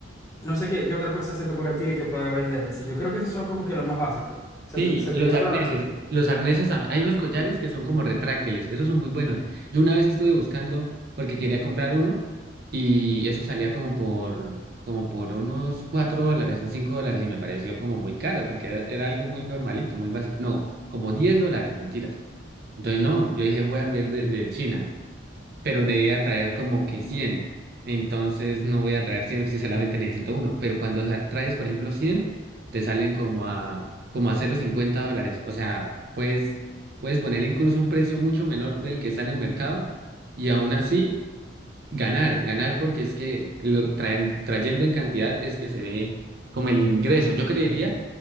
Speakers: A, on the left; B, on the right.
A: No sé qué, qué otra cosa se te ocurre a ti de que pueda vender así. Yo creo que esos son como que los más básicos. ¿Se
B: Sí,
A: te, se
B: los
A: te viene
B: arneses.
A: otro a la mente?
B: Los arneses, tam- hay unos collares que son como retráctiles, esos son muy buenos. Yo una vez estuve buscando porque quería comprar uno y eso salía como por, como por unos cuatro dólares o cinco dólares y me pareció como muy caro porque era, era algo muy normalito, muy básico. No, como 10 dólares, mentiras. Entonces no, yo dije voy a ver de, de China pero debía traer como que cien Entonces no voy a traer 100 si solamente necesito uno. Pero cuando sal- traes, por ejemplo, cien te salen como a, como a cero coma cincuenta dólares. O sea, puedes, puedes poner incluso un precio mucho menor del que está en el mercado y aún así ganar, ganar porque es que lo traen, trayendo en cantidad es que se ve como el ingreso. Yo creería